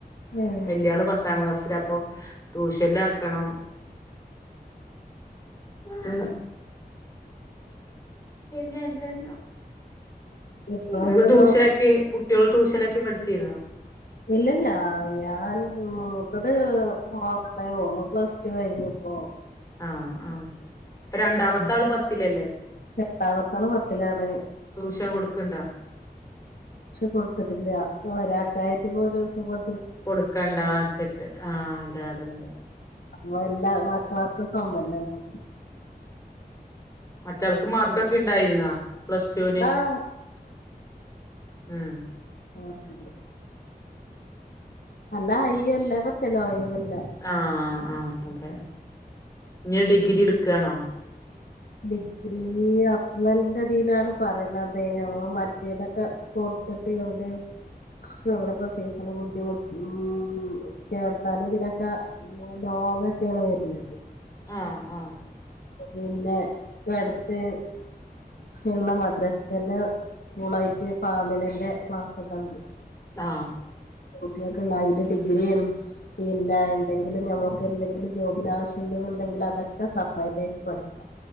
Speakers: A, on the left (about 70°); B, on the left (about 20°).
A: ഏഹ്
B: വല്യാള് പത്താംക്ളാസിലാ കുശലാക്കണം ആ എ എജന്ത
A: ഇപ്രാവശ്യൊന്നും
B: നിങ്ങള് ട്യൂഷനാക്കി കുട്ടികള് ട്യൂഷനാക്കി പടിച്ചിരുന്നോ
A: ഇല്ലല്ല ഞാൻ മൂത്തത് മണേ പോണു പ്ലസ് ടു കഴിഞ്ഞിപ്പോ
B: ആ ആഹ രണ്ടാമത്തെ ആള് പത്തില്ലല്ലേ
A: രണ്ട്ടാമത്ത ആള് പത്തിലാണ്
B: ട്യൂഷൻ കൊടുക്കണ്ടോ
A: കൊടുത്തിട്ടില്ല ഒരാൾക്കായിട്ട് ഇപോ ഒരുദിവസം കൊ
B: കൊടുക്കണ്ടാച്ചിട്ട് ആ അതെ അതല്ല
A: അമ്മ എല്ലാ മാക്ക ഫാമ്മല്ലമ്മക്ക്
B: അവർക്ക് മാർകൊക്കെ ണ്ടായിരുന്ന പ്ലസ്ടൂന്
A: ആഹ്
B: ഉം
A: മാർക്കില്ല നല്ല അയ്യോല്ലേ പത്തലയ്യോല്ലേ
B: ങാ ങാ അതേ ഞെടി ഗിരി എട്ക്ക്കാണോ
A: ഡിഗ്രി അഫ്ലിന്റെ യിലാണ് പറയണ <unintelligible> മറ്റേതൊക്കെ കൊടുത്തിട്ട് എവിടെയും ശ്ശോ ഞ്ഞിപ്പോ സീസണ് ബുദ്ധിമു ഉം ചേർത്താനും ഇതിനൊക്കെ ലോങ്ങൊക്കെയാണ് വരിണത്
B: ആ ആ
A: പിന്നെ വിടെ അടുത്ത് ഉള്ള മദ്രാസത്തന്നെ സ്കൂളായിട്ട് ഫാമിലന്റെ ക്ലാസ്സൊക്കെ ഇണ്ട്
B: ആഹ്‌
A: കുട്ടികക്കൊള്ള അതില് ഡിഗ്രിയും പിന്നെ എന്തെങ്കിലും നമുക്കെന്തെങ്കിലും ജോബിനാവശ്യമുണ്ടെങ്കിലതൊക്കെ സബ്ബായതായിട്ട് പഠിക്കാം